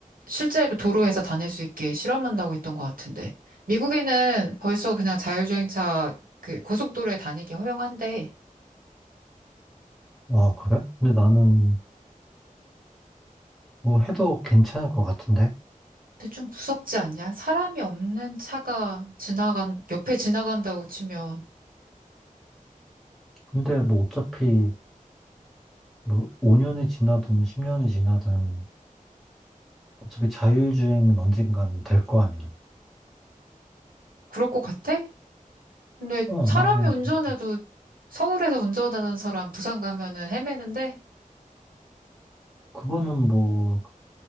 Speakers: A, on the right; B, in the centre.
A: 실제로 도로에서 다닐 수 있게 실험한다고 했던 것 같은데. 미국에는 벌써 그냥 자율주행차 그 고속도로에 다니기 허용한데.
B: 아, 그래? 근데 나는 뭐 해도 괜찮을 것 같은데?
A: 근데 좀 무섭지 않냐? 사람이 없는 차가 지나간 옆에 지나간다고 치면
B: 근데 뭐 어차피 뭐 5년이 지나든 10년이 지나든 어차피 자율주행은 언젠간 될 거 아니야.
A: 그럴 것 같아? 근데
B: 어,
A: 사람이
B: 나는
A: 운전해도
B: 그-
A: 서울에서 운전하는 사람 부산 가면은 헤매는데
B: 그거는 뭐